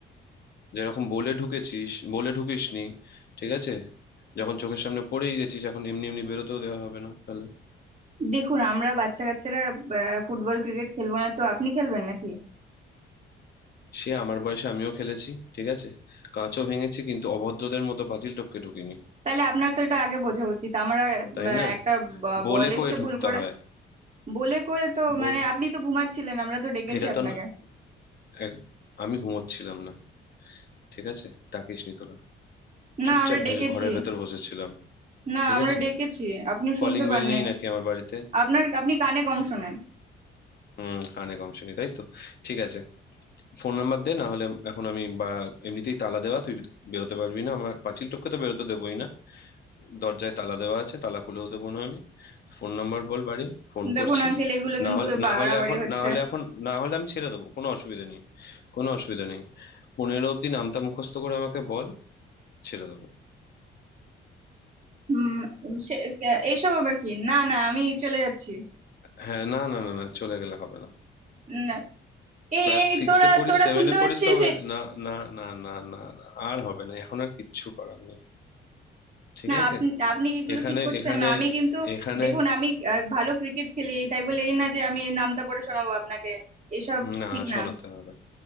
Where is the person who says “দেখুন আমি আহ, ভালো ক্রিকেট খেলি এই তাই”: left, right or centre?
Right